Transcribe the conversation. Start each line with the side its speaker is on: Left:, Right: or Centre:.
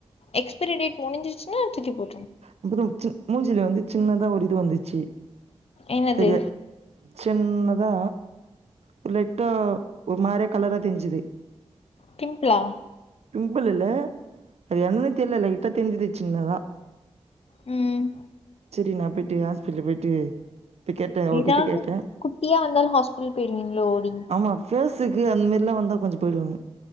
Left: எக்ஸ்பெரி டேட் முடுஞ்சுச்சுனா தூக்கி போட்றனு
Right: அப்புறொ சி மூஞ்சில வந்து சின்னதா ஒரு இது வந்துச்சு
Left: என்னது
Right: தெரிய சின்னதா ஒரு லைட்டா ஒரு மாரிய கலரா தெரிஞ்சுது
Left: பிம்ப்ளா
Right: பிம்பிள் இல்ல அது என்னன்னே தெரில லைட்டா தெரிஞ்சுது சின்னதா
Left: ம்
Right: செரி நா பொய்ட்டு ஹாஸ்பிட்டலுக் போயிட்டு போய் கேட்டே அவர்கிட்ட
Left: எதாவ்து
Right: கேட்டே
Left: குட்டியா வந்தாலு ஹாஸ்பிட்டல் போயிருவீங்ளோ நீங்
Right: ஆமா ஃபேஸுக்கு அந்த மாரிலா வந்தா கொஞ்சொ போயிடுவங்க